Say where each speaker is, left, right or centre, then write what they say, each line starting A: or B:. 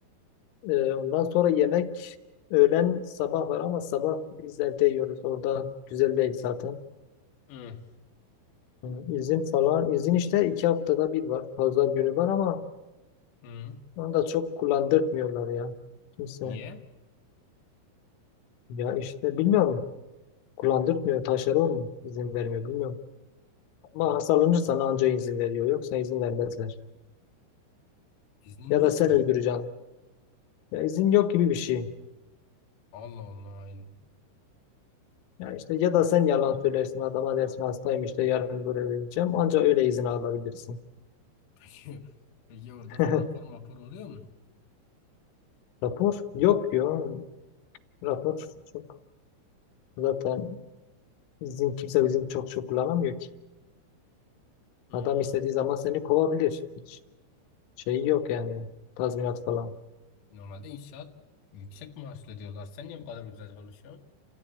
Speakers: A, on the left (about 80°); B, on the left (about 65°).
A: Ee, ondan sonra yemek öğlen sabah var ama sabah biz evde yiyoruz. Orada güzel değil zaten.
B: Hı,
A: Ee, İzin falan. izin işte iki haftada bir var. Pazar günü var ama
B: hı.
A: onu da çok kullandırtmıyorlar ya. Kimse.
B: Niye?
A: Ya işte bilmiyorum. Kullandırmıyor. Taşları mu izin vermiyor. Bilmiyorum. Ama hastalanırsan anca izin veriyor. Yoksa izin vermezler.
B: İznin
A: Ya
B: yok
A: da sen
B: mu?
A: öldüreceksin. Ya izin yok gibi bir şey.
B: Allah Allah. <laughs>
A: Ya işte ya da sen yalan söylersin adama dersin hastayım işte yarın böyle öleceğim. Anca öyle izin alabilirsin.
B: Peki, peki orada
A: <laughs>
B: da rapor mapor oluyor mu?
A: Rapor yok diyor. Rapor çok zaten izin kimse izin çok çok kullanamıyor ki.
B: Hmm.
A: Adam istediği zaman seni kovabilir. Hiç şeyi yok yani. Tazminat falan.
B: Normalde inşaat yüksek maaşlı diyorlar. Sen niye bu kadar ucuza çalışıyorsun?